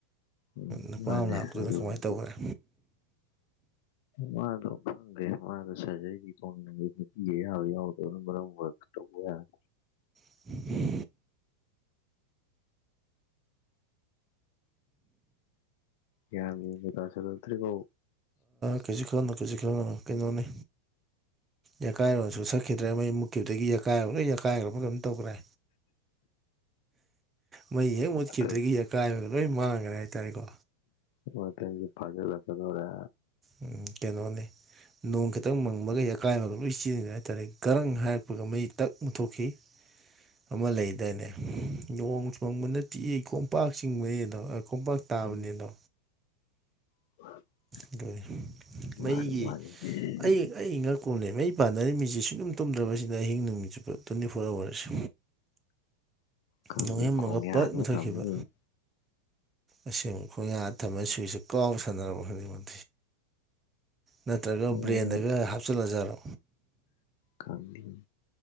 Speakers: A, on the left; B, on the right.
A: ꯎꯝ
B: ꯅꯨꯄꯥ
A: ꯃꯥꯅꯦ
B: ꯑꯃ ꯂꯥꯛꯄꯗꯨꯗ
A: ꯑꯗꯨꯅ
B: ꯀꯃꯥꯏꯅ ꯇꯧꯈ꯭ꯔꯦ
A: ꯃꯥꯗꯣ ꯐꯪꯒꯦ ꯃꯥꯗꯣ ꯁꯖꯩꯒꯤ ꯐꯣꯡꯅꯤꯡꯦ ꯅꯨꯄꯤꯒꯌꯥꯎ ꯌꯥꯎꯗꯕꯅ ꯃꯔꯝ ꯑꯣꯏꯔ ꯇꯧꯕ ꯌꯥ
B: <inaudible>
A: ꯒꯥꯟ ꯃꯦꯟꯒ ꯇꯥꯁꯤꯜꯂꯛꯇꯔꯦꯀꯣ
B: ꯀꯩꯁꯨ ꯈꯪꯅꯨ ꯀꯩꯁꯨ ꯈꯪꯉꯅꯨ ꯀꯩꯅꯣꯅꯤ ꯌꯥꯀꯥꯏꯔꯣꯁꯨ ꯁꯛꯈꯤꯗ꯭ꯔꯦ ꯃꯩ ꯃꯨꯠꯈꯤꯕꯗꯒꯤ ꯌꯀꯥꯏꯔꯣ ꯂꯣꯏ ꯌꯀꯥꯏꯈ꯭ꯔꯕ ꯀꯩꯝ ꯇꯧꯈ꯭ꯔꯦ ꯃꯩ ꯍꯦꯛ ꯃꯨꯠꯈꯤꯕꯗꯒꯤ
A: ꯃꯇꯝ
B: ꯑꯀꯥꯏꯕꯗ ꯂꯣꯏ ꯃꯥꯡꯈ꯭ꯔꯦ ꯍꯥꯏꯇꯥꯔꯦꯀꯣ
A: ꯃ ꯇꯦꯡ ꯐꯖ ꯂꯗꯣꯔ
B: ꯎꯝ ꯀꯩꯅꯣꯅꯦ ꯅꯣꯡ ꯈꯤꯇꯪ ꯃꯪꯕꯒ ꯑꯀꯥꯏꯕꯒ ꯂꯣꯏ ꯆꯦꯟꯒ꯭ꯔꯦ ꯍꯥꯏꯇꯥꯔꯦ ꯔꯪ ꯍꯥꯏꯔꯛꯄꯒ ꯃꯩ ꯇꯛ ꯃꯨꯊꯣꯛꯈꯤ ꯑꯃ ꯂꯩꯗꯥꯏꯅꯦ ꯅꯣꯡ ꯆ ꯐꯪꯕ ꯅꯠꯇꯦ ꯈꯣꯝꯄꯥꯛ ꯆꯤꯡꯕꯅꯤ ꯑꯗꯣ ꯈꯣꯝꯄꯥꯛ ꯇꯥꯕꯅꯤꯗ
A: ꯎꯝ <unintelligible>
B: ꯑꯗꯨꯅꯤ ꯃꯩꯒꯤ ꯑꯩ ꯉꯛ ꯀꯣꯝꯂꯕ ꯑꯩ ꯄꯥꯟꯅꯔꯤꯃꯤꯁꯤꯦ ꯁꯨꯡꯛꯨꯝ ꯇꯨꯝꯗ꯭ꯔꯕꯁꯤꯅ ꯑꯍꯤꯡ ꯅꯨꯃꯤꯠ ꯆꯨꯞꯄ ꯇ꯭ꯋꯦꯟꯇꯤ ꯐꯣꯔ ꯑꯋꯥꯔꯁꯦ
A: ꯈꯪꯗꯦ
B: ꯅꯣꯡꯍꯦꯝꯃꯒ
A: ꯈꯣꯡꯌꯥꯗ
B: ꯄꯠ ꯃꯨꯊꯣꯏꯈꯤꯕ
A: ꯊꯝꯃꯤꯁꯦ
B: ꯑꯁꯦꯡꯕ ꯈꯣꯏ ꯉ ꯊꯝꯕ ꯁꯨꯏꯁꯤꯦ ꯀꯥꯎ ꯁꯥꯟꯅꯔꯕ ꯈꯗꯤꯡꯃꯛ ꯅꯠꯇ꯭ꯔꯒ
A: ꯑꯗꯨꯃꯥꯏꯅ
B: ꯕ꯭ꯔꯦꯟꯗꯒ ꯍꯥꯞꯆꯤꯜꯂꯖꯔꯣ
A: ꯀꯃꯤ